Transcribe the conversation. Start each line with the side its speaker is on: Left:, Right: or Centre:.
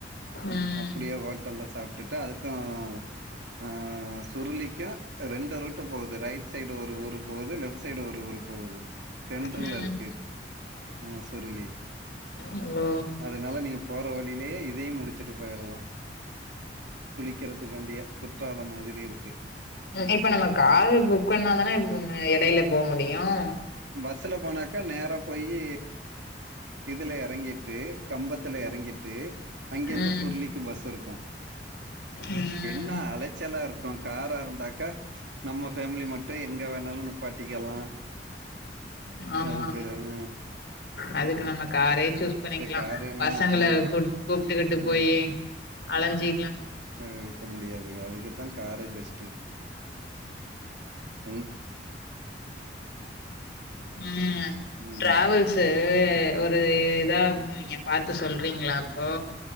Left: ம்
Right: அப்புடியே ஹோட்டல்ல சாப் விட்டு அதுக்கும் அஹ்ம் சுருளி அஹ் ரெண்டு ரூட்டு போகுது ரைட் சைடு ஒரு ஊர் போகுது லெப்ட் சைடு ஒரு ஊர் போகுது சென்ட்ரல்
Left: ம்
Right: இருக்கு ஆஹ சொர்லி
Left: ஓ
Right: அதனால நீங் போற வழியிலேயே இதையும் முடிச்சுட்டு போயிரலாம் குளிக்கிறதுக்காண்டிய குற்றாலம் மாதிரி இருக்கு
Left: இப்ப நம்ம காரு புக் பண்ணாாதானே இடையில போ முடியும்
Right: பஸ்ல போனாக்கா நேர போயி இதுல இறங்கிட்டு கம்பத்துல இறங்கிட்டு அங்கிருந்து
Left: ம்
Right: சுருளிக்கு பஸ் இருக்கும்
Left: ம்
Right: என்ன அலைச்சலா இருக் கோஞ் தயார இருந்தாக்க நம்ம ஃபமிலி மட்டும் எங்க வேணாலும் நுப்பாட்டிக்க எல்லாம்
Left: ஆமா
Right: அது போங்க
Left: அதுக்கு நம்ம காரே சூஸ் பண்ணிக்கலாம்
Right: காரு ஆ
Left: பசங்கள
Right: மூணு நாளைக்கு
Left: கூ கூப்பிட்டுக்கிட்டு
Right: ஆ
Left: போயி அளஞ்சி
Right: <unintelligible> இருக்க முடியாது அதுக்குத்தா காரே பெஸ்ட்டு உம்
Left: உம்
Right: ம்
Left: டிராவல்சு ஒரு இதா நீங்க பாத்து சொல்றீங்களா அப்போ